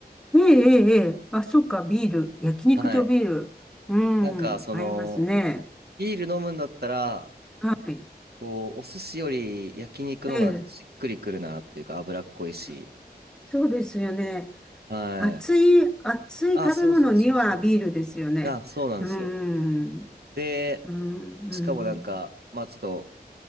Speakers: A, in the centre; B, on the right.
A: ええ、ええ、ええあ、そうか、ビール。焼肉とビール。
B: はい。
A: うん、
B: なんか、その、
A: 合いますね。
B: ビール飲むんだったら、
A: はい。
B: こう、お寿司より焼肉の方がなんかしっくりくるなっていうか、
A: ええ、
B: 脂っこいし。
A: そそうですよね。
B: はい。
A: 熱い、熱い食べ物にはビールですよね。
B: あ、そうそうそうそう。いや、そうなんですよ。
A: うん、
B: で、
A: うん、
B: しかもなんか、
A: うん。
B: まあちょっと、